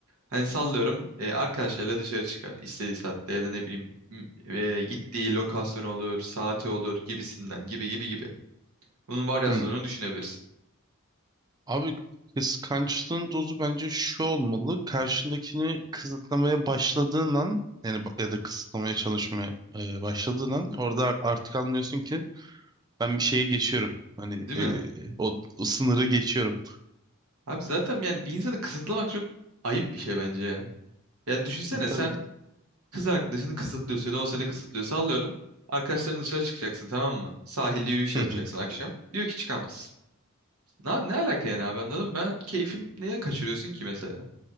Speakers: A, on the right (about 85°); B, on the right (about 20°).
A: Hani sallıyorum e, arkadaşlarıyla dışarı çıkar istediği saatte ya da ne bileyim m- e, gittiği lokasyon olur, saati olur gibisinden gibi gibi gibi. Bunun varyasyonunu
B: Hı.
A: düşünebilirsin.
B: Abi kıskançlığın dozu bence şu olmalı. Karşındakini kısıtlamaya başladığın an yani ba- ya da kısıtlamaya çalışmaya e, başladığın an orada ar- artık anlıyorsun ki ben bir şeye geçiyorum. Hani
A: Değil
B: e,
A: mi?
B: o, o sınırı geçiyorum.
A: Abi zaten yani bir insanı kısıtlamak çok ayıp bir şey bence ya. Yani düşünsene
B: Ya tabii.
A: sen Kız arkadaşını kısıtlıyor seni. O seni kısıtlıyor. Sallıyorum. Arkadaşlarına dışarı çıkacaksın tamam mı? Sahilde yürüyüş
B: Hı
A: yapacaksın
B: hı.
A: akşam. Diyor ki çıkamazsın. Ne, ne alaka yani abi anladın mı? Ben keyfim neye kaçırıyorsun ki mesela?